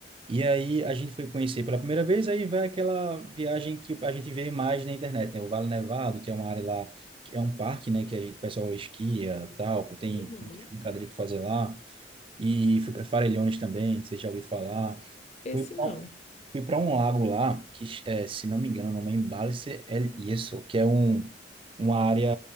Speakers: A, on the right; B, on the left.
A: E aí a gente foi conhecer pela primeira vez, aí vai aquela viagem que a gente vê mais na internet, né? O Vale Nevado, que é uma área lá, que é um parque, né? Que a gente, o pessoal esquia, tal, que tem
B: Uhum.
A: muitas brincadeiras para fazer lá. E fui para Farellones também, você já ouviu falar.
B: Esse
A: Fui pra-
B: não.
A: fui para um lago lá, que é, se não me engano, o nome é Embalse El Yeso, que é um, uma área,